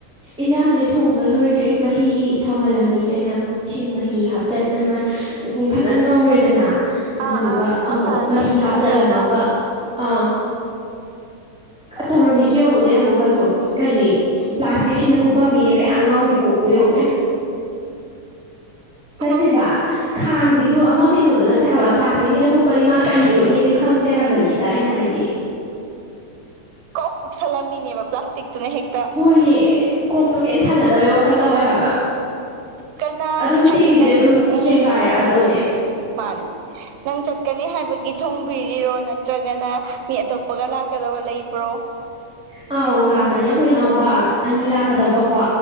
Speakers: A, in the centre; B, on the right (about 85°).
A: ꯏꯟꯁꯥꯡꯁꯦ ꯊꯣꯡꯕ ꯂꯣꯏꯗ꯭ꯔꯤ ꯃꯍꯤ ꯁꯧꯍꯜꯂꯝꯃꯤ ꯑꯩꯅ ꯏꯁꯤꯡ ꯃꯍꯤ ꯍꯥꯞꯆ ꯑꯃ ꯐꯖꯅ ꯉꯧꯔꯦꯗꯅ ꯑꯗꯨꯗꯨꯒ
B: ꯑꯥ ꯑꯥ
A: ꯑꯃꯨꯛ
B: ꯃꯁꯥ
A: ꯃꯍꯤ
B: ꯇꯥꯁꯤꯟꯍꯜꯂꯒ
A: ꯍꯥꯞꯆꯜꯂꯝꯃꯒ ꯑꯥ ꯇꯧꯔꯝꯃꯤꯁꯤ ꯌꯦꯡꯉꯨꯅꯦ ꯑꯃꯨꯛꯀꯁꯨ ꯀꯔꯤ ꯄ꯭ꯂꯥꯁꯇꯤꯛꯁꯤꯅ ꯀꯨꯞꯄꯝꯃꯤꯅꯦ ꯀꯌꯥ ꯑꯉꯥꯎꯔꯤ ꯀꯣꯛꯅꯣ ꯌꯦꯡꯉꯨꯅꯣ ꯅꯠꯇꯦꯕ
B: ꯎꯝ
A: ꯈꯥꯡꯁꯤꯁꯨ ꯑꯃ ꯀꯩꯅꯣꯗꯣ ꯅꯠꯇꯦ ꯍꯥꯏꯕ ꯄ꯭ꯂꯥꯁꯇꯤꯛꯁꯤꯅ ꯀꯨꯞꯄꯗꯤ ꯃꯥ ꯀꯔꯤ ꯑꯣꯏꯅꯤ ꯈꯪꯗꯦ ꯍꯥꯏꯕꯅꯤꯗ ꯑꯩꯅ ꯍꯥꯏꯕꯗꯤ
B: ꯀꯧ ꯀꯨꯞꯁꯜꯂꯝꯕꯤꯅꯦꯕ ꯄ꯭ꯂꯥꯁꯇꯤꯛꯇꯨꯅ ꯍꯦꯛꯇ
A: ꯍꯣꯏꯍ ꯀꯣꯛꯇꯣ ꯀꯩꯝ ꯁꯥꯟꯅꯗꯕꯩ ꯋꯥꯈꯜ ꯇꯧꯋꯦ ꯍꯥꯏꯕ
B: ꯀꯅꯥ
A: ꯑꯗꯨꯝ
B: ꯍꯥꯏꯗꯤ
A: ꯁꯤꯒꯤꯁꯦ
B: ꯅꯪ
A: ꯑꯗꯨꯝ
B: ꯎꯝ
A: ꯆꯦꯡꯒꯥꯏꯔꯛꯑꯗꯣꯅꯦ
B: ꯃꯥꯅꯦ ꯅꯪ ꯆꯠꯀꯅꯤ ꯍꯥꯏꯕꯒꯤ ꯊꯣꯡꯕꯤꯔꯤꯔꯣ ꯅꯠꯇ꯭ꯔꯒꯅ ꯃꯤ ꯑꯇꯣꯞꯄꯒ ꯂꯥꯛ ꯀꯗꯕ ꯂꯩꯕ꯭ꯔꯣ
A: ꯑꯧ ꯂꯥꯛꯀꯅꯤ ꯑꯩꯈꯣꯏ ꯅꯥꯎꯕ ꯑꯅꯤ ꯂꯥꯛꯀꯗꯕꯀꯣ